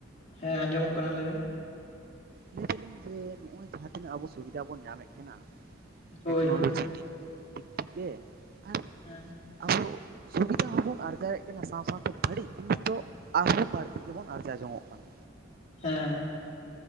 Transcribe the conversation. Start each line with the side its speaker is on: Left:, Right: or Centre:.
Left: ᱦᱮᱸ ᱟᱸᱡᱚᱢᱚᱜ ᱠᱟᱱᱟ ᱞᱟᱹᱭ ᱵᱮᱱ᱾
Right: ᱞᱟᱹᱭ ᱫᱟᱞᱤᱧ ᱡᱮ ᱱᱚᱜᱼᱚᱭ ᱡᱟᱦᱟᱸ ᱛᱤᱱᱟᱹᱜ ᱟᱵᱚ ᱥᱩᱵᱤᱫᱟ ᱵᱚᱱ ᱧᱟᱢᱮᱫ ᱠᱟᱱᱟ᱾
Left: ᱦᱳᱭ
Right: ᱴᱮᱠᱱᱳᱞᱚᱡᱤ
Left: ᱦᱳᱭ
Right: ᱫᱤᱠ ᱫᱤᱠ ᱛᱷᱮᱠᱮ ᱟᱨ
Left: ᱦᱮᱸ
Right: ᱟᱵᱚ ᱥᱩᱵᱤᱫᱟ ᱦᱚᱸᱵᱚᱱ ᱟᱨᱡᱟᱣᱮᱫ ᱠᱟᱱᱟ ᱥᱟᱶ ᱥᱟᱶᱛᱮ ᱵᱟᱹᱲᱤᱡ ᱡᱤᱱᱤᱥ ᱫᱚ ᱟᱨᱦᱚᱸ ᱵᱟᱹᱲᱛᱤ ᱜᱮᱵᱚᱱ ᱟᱨᱡᱟᱣ ᱡᱚᱝᱚᱜ ᱠᱟᱱᱟ᱾
Left: ᱦᱮᱸ᱾